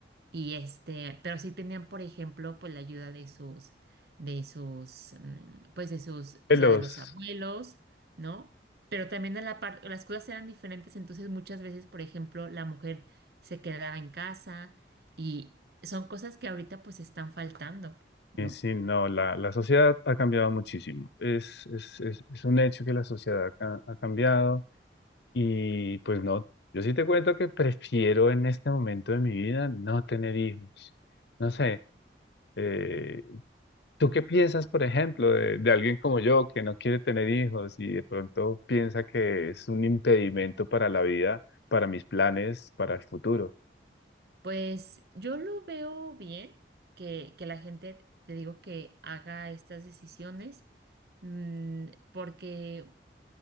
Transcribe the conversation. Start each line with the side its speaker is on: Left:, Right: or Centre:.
Right: Y este, pero sí tenían, por ejemplo, pues la ayuda de sus, de sus, mm, pues de sus, o
Left: Los,
Right: sea, de los abuelos, ¿no? Pero también a la par, las cosas eran diferentes, entonces muchas veces, por ejemplo, la mujer se quedaba en casa y son cosas que ahorita pues están faltando, ¿no?
Left: y sí, no, la, la sociedad ha cambiado muchísimo. Es, es, es, es un hecho que la sociedad ha, ha cambiado y pues no, yo sí te cuento que prefiero en este momento de mi vida no tener hijos. No sé. Eh, ¿tú qué piensas, por ejemplo, de, de alguien como yo que no quiere tener hijos y de pronto piensa que es un impedimento para la vida, para mis planes, para el futuro?
Right: Pues yo lo veo bien que, que la gente, te digo, que haga estas decisiones, mm, porque